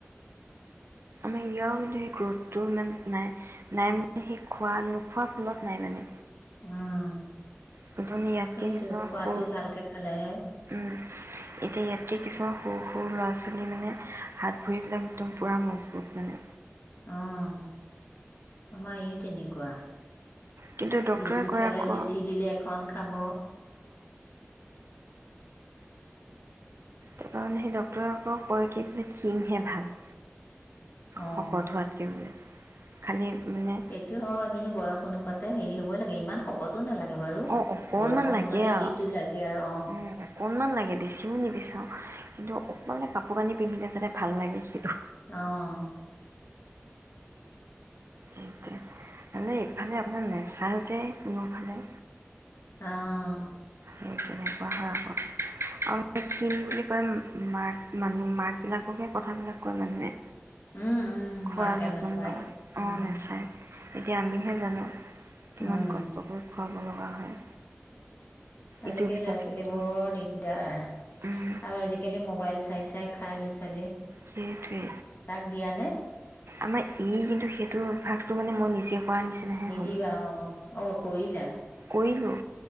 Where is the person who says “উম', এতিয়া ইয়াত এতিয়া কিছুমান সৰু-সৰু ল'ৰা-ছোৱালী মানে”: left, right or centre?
Right